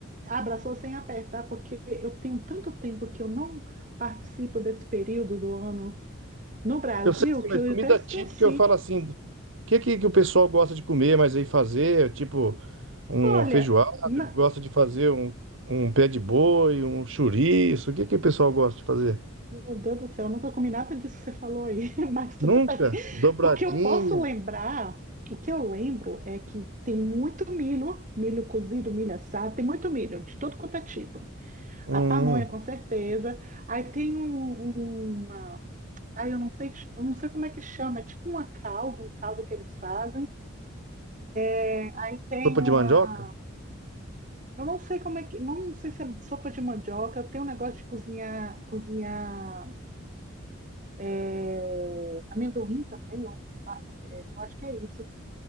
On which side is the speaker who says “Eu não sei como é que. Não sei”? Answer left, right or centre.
Right